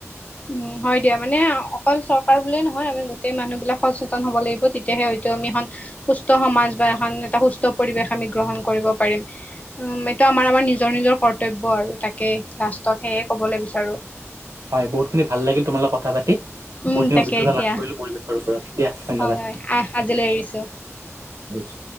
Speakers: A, on the left; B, on the right.
A: উম হয় দিয়া। মানে অকল চৰকাৰ বুলিয়ে নহয় আমি গোটেই মানুহ বিলাক সচেতন হ'ব লাগিব তেতিয়াহে হয়তো আমি এখন সুস্থ সমাজ বা এখন এটা সুস্থ পৰিৱেশ আমি গ্ৰহণ কৰিব পাৰিম। উম, এইটো আমাৰ-আমাৰ নিজৰ-নিজৰ কৰ্তব্য আৰু তাকেই লাষ্টত সেয়ে কবলৈ বিচাৰোঁ।
B: হয় বহুত খিনি ভাল লাগিল তোমাৰ লগত কথা পাতি।
A: উম
B: বহুত খিনি
A: তাকে
B: অভিজ্ঞতা
A: এতিয়া
B: লাভ কৰিলোঁ পৰিৱেশৰ ওপৰত, দিয়া ধন্যবাদ।
A: হয় হয় আহ আজিলৈ এৰিছো
B: <unintelligible>